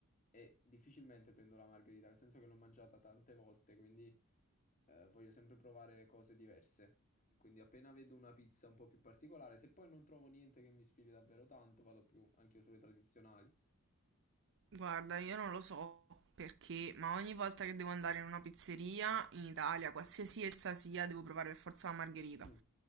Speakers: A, on the left; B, on the right.
A: e difficilmente prendo la margherita, nel senso che l'ho mangiata tante volte, quindi eh, voglio sempre provare cose diverse. Quindi appena vedo una pizza un po' più particolare, se poi non trovo niente che mi ispiri davvero tanto, vado più anche io sulle tradizionali.
B: Guarda, io non lo so perché, ma ogni volta che devo andare in una pizzeria in Italia, qualsiasi essa sia, devo provare per forza la margherita.
A: Hm.